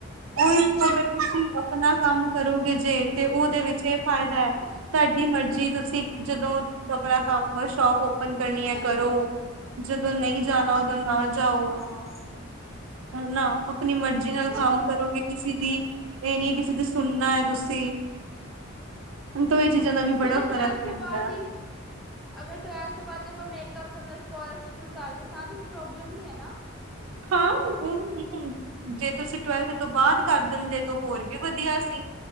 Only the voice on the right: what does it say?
ਉਹੀ
ਅਗਰ ਤੁਸੀਂ ਆਪਣਾ ਕੰਮ ਕਰੋਗੇ ਜੇ, ਤੇ ਉਹਦੇ ਵਿੱਚ ਇਹ ਫਾਇਦਾ ਹੈ ਤੁਹਾਡੀ, ਮਰਜ਼ੀ ਤੁਸੀਂ ਜਦੋਂ ਆਪਣਾ ਕੰਮ, ਸ਼ੋਪ ਓਪਨ ਕਰਨੀ ਹੈ ਕਰੋ, ਜਦੋਂ ਨਹੀਂ ਜਾਣਾ ਉਦੋਂ ਹਾਂ, ਜਾਓ
ਨਾ ਆਪਣੀ ਮਰਜ਼ੀ
ਨਾਲ ਕੰਮ ਕਰੋਗੇ ਕਿਸੇ ਦੀ ਇਹ ਨੀ ਹੈ ਕਿਸੇ ਤੇ ਸੁਣਨਾ ਹੈ ਤੁਸੀਂ ਹੁਣ ਤੋ ਇਹ ਚੀਜ਼ਾਂ ਦਾ ਵੀ
ਬੜਾ ਫ਼ਰਕ
<inaudible>
ਹਾਂ, ਹਮ-ਹਮ ਜੇ ਤੁਸੀਂ ਟਵੈਲਥ ਤੋਂ, ਬਾਅਦ ਕਰ ਦਿੰਦੇ, ਤਾਂ ਹੋਰ ਵੀ ਵਧੀਆ ਸੀ